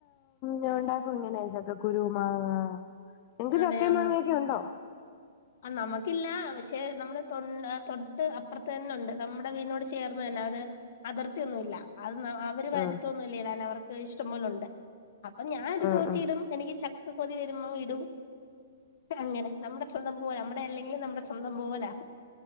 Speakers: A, on the left; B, on the left.
A: ഞൻ ഉണ്ടാക്കും. ഇങ്ങനെ ചക്ക കുരു മാങ്ങ നിങ്ങക്ക്
B: അതെ
A: ചക്ക
B: ആ
A: മാങ്ങൊ യെക്കെ ഉണ്ടോ?
B: ആ നമുക്കില്ല. പക്ഷെ നമ്മുടെ തൊ തൊട്ട് അപ്പുറത്ത് തന്നെുണ്ട്. നമ്മുടെ വീടിനോട് ചേർന്ന് തന്നെ അത്. അതിർത്തിയൊന്നുംമില്ല. അത് അവര് വരുത്തൊന്നുംല്ല.
A: ഉം
B: ഇടാൻ അവർക്ക് ഇഷ്ടം പേലുണ്ട്. അപ്പേ ഞാൻ എടുത്ത്
A: ഉം
B: കൊത്തിയിടും
A: ഉം
B: എനിക്ക് ചക്ക കൊതി വരുമ്പോ ഇടും അങ്ങനെ നമ്മുടെ നമ്മടെ അല്ലെങ്കിലും നമ്മുടെ സ്വന്തം പോലാ